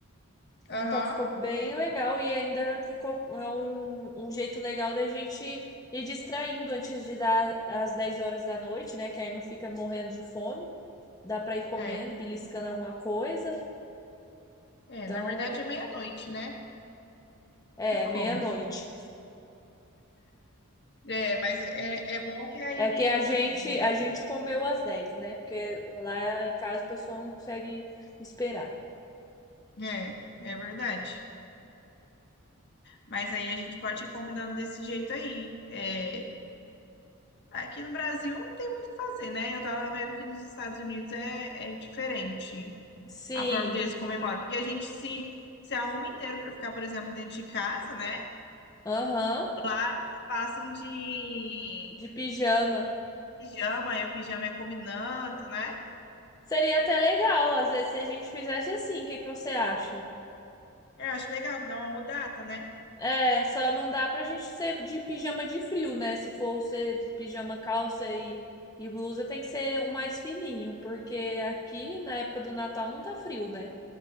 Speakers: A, on the left (about 50°); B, on the left (about 15°).
A: Aham,
B: Então ficou bem legal e ainda ficou é um, um jeito legal da gente ir distraindo antes de dar às 10 horas da noite, né? Que aí não fica morrendo de fome. Dá pra ir comendo,
A: é.
B: beliscando alguma coisa.
A: É,
B: Então,
A: na verdade é meia-noite, né?
B: é,
A: Que come.
B: meia-noite.
A: É, mas é, é bom que aí.
B: É que a gente a gente comeu às dez né? Porque lá em casa o pessoal não consegue esperar.
A: É, é verdade. Mas aí a gente pode ir combinando desse jeito aí. É, aqui no Brasil não tem muito o que fazer, né? Eu tava vendo que nos Estados Unidos é, é diferente
B: Sim.
A: a forma que eles comemoram. Porque a gente se, se arruma inteiro pra ficar, por exemplo, dentro de casa, né?
B: Aham.
A: Lá eles passam de
B: De pijama.
A: pijama, aí o pijama é combinando, né?
B: Seria até legal, às vezes, se a gente fizesse assim. O que que você acha?
A: Eu acho legal, que dá uma mudada, né?
B: É, só não dá pra gente ser de pijama de frio, né? Se for ser pijama, calça e, e blusa, tem que ser um mais fininho, porque aqui na época do Natal não tá frio, né?